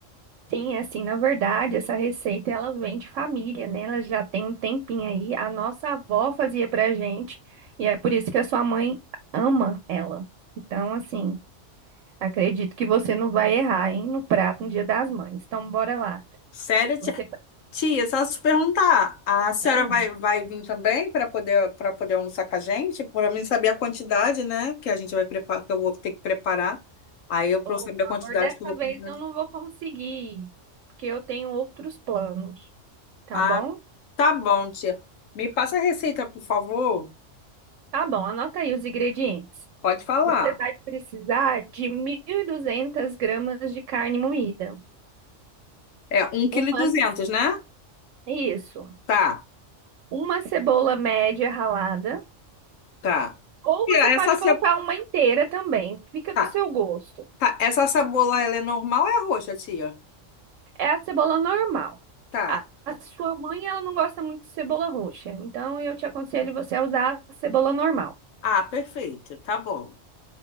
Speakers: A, on the right; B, on the left.
A: Sim, é assim, na verdade, essa receita ela vem de família, né? Ela já tem um tempinho aí. A nossa avó fazia pra gente e é por isso que a sua mãe ama ela. Então, assim, acredito que você não vai errar, hein, no prato no Dia das Mães. Então, bora lá.
B: Sério, tia?
A: Você,
B: Tia, só se perguntar, a senhora
A: ah,
B: vai, vai vir também para poder para poder almoçar com a gente? Para mim saber a quantidade, né, que a gente vai preparar, que eu vou ter que preparar. Aí eu para
A: oh,
B: eu saber
A: pelo
B: a quantidade
A: amor, dessa
B: que eu vou
A: vez
B: comprar.
A: eu não vou conseguir, porque eu tenho outros planos, tá
B: Ah,
A: bom?
B: tá bom, tia. Me passa a receita, por favor.
A: Tá bom, anota aí os ingredientes.
B: Pode falar.
A: Você vai precisar de 1.200 gramas de carne moída.
B: É um 1,2
A: Uma,
B: kg, né?
A: isso.
B: Tá,
A: Uma cebola média ralada.
B: tá.
A: Ou
B: Tia,
A: você
B: essa
A: pode
B: ce-
A: colocar uma inteira também. Fica
B: tá,
A: do seu gosto.
B: tá. Essa cebola ela é normal ou é roxa, tia?
A: É a cebola normal.
B: Tá.
A: A, a sua mãe, ela não gosta muito de cebola roxa. Então, eu te aconselho você a usar a cebola normal.
B: Ah, perfeito. Tá bom.